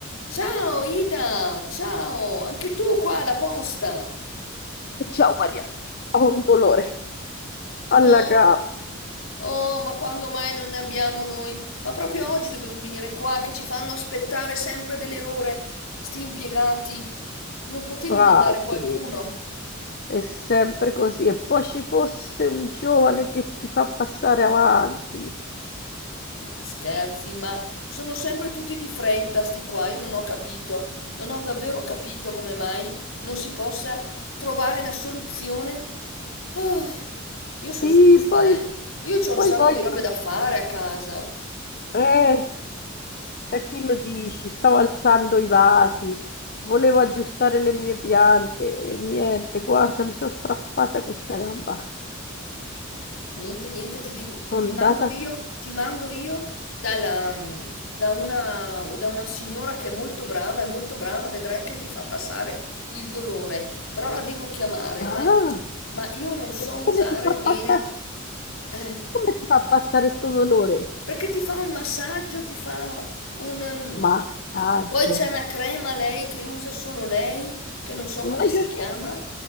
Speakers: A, on the left; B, on the left.
A: Ciao Ida, ciao, anche tu qua alla posta.
B: Ciao Maria, ho un dolore
A: Oh,
B: alla gamba,
A: oh, ma quando mai non ne abbiamo noi? Ma proprio oggi dovevi venire qua che ci fanno aspettare sempre delle ore, sti impiegati. Non potevi
B: quasi,
A: mandare qualcuno?
B: è sempre così. E poi ci fosse un giovane che ti fa passare avanti.
A: Ma scherzi, ma sono sempre tutti di fretta, sti qua, io non ho capito, non ho davvero capito come mai non si possa trovare una soluzione. Ah, io sono
B: Sì,
A: stufa,
B: poi,
A: eh. Io c'ho un
B: poi
A: sacco
B: vogliono...
A: di robe da fare a casa.
B: Eh, a chi lo dici? Stavo alzando i vasi, volevo aggiustare le mie piante e niente, guarda, mi sono strappata questa gamba.
A: Niente, niente, ti, div-
B: Sono
A: ti mando
B: andata...
A: io, ti mando io dalla, mm, da una, da una signora che è molto brava, è molto brava, vedrai che ti fa passare il dolore, però la devo chiamare, ma,
B: Ah,
A: ma io non so
B: e come
A: usare
B: ti fa
A: bene,
B: passare,
A: eh,
B: come ti fa passare sto dolore?
A: perché ti fa un massaggio, ti fa un... mm,
B: Massaggio.
A: poi c'è una crema lei che usa solo lei, che non so
B: Ma
A: come
B: io,
A: si
B: sto-
A: chiama.